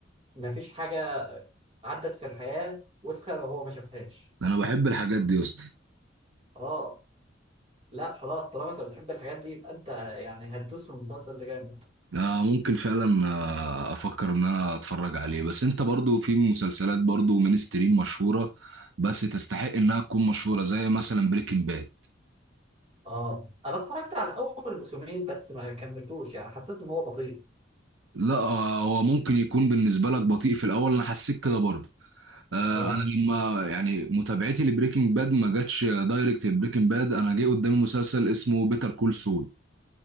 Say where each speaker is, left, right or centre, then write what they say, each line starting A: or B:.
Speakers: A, on the right; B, on the right.
A: ما فيش حاجة عدت في الحياة وسخة وهو ما شافهاش
B: انا بحب الحاجات دي يا اسطى
A: اه لا خلاص طالما انت بتحب الحاجات دي يبقى انت يعني هتدوس في المسلسل ده جامد
B: آه ممكن فعلا آه افكر ان انا اتفرج عليه بس انت برضو في مسلسلات برضو مينستريم مشهورة بس تستحق انها تكون مشهورة زي مثلا بريكنج باد
A: اه انا اتفرجت على اول موسمين بس ما كملتوش يعني حسيت ان هو بطيء
B: لا آه هو ممكن يكون بالنسبة لك بطيء في الاول انا حسيت كده برضو آه
A: اه
B: انا لما يعني متابعتي لبريكنج باد ما جاتش دايركت بريكنج باد انا جه قدامي مسلسل اسمه بيتر كول سول